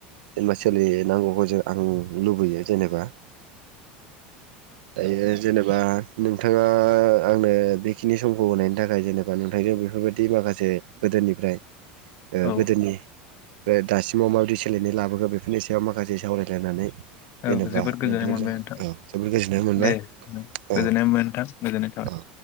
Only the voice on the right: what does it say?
जेनेबा सोलियो। नांगौखौ जों आं लुबैयो जेनेबा। दायो जेनेबा नोंथाङा आंनो बेखिनि समखौ होनायनि थाखाय जेने बा नोंथांजों बेफोरबायदि माखासे गोदोनिफ्राय ओ
गोदोनि ओमफ्राय दासिमाव माबायदि सो लायनाय लाबोखो बेफोरनि सायाव माखासे सावरायलायनानै
जेनेबा
नोंथांजों
औ जोबोद गोजोननाय मोनबाय
औ
औ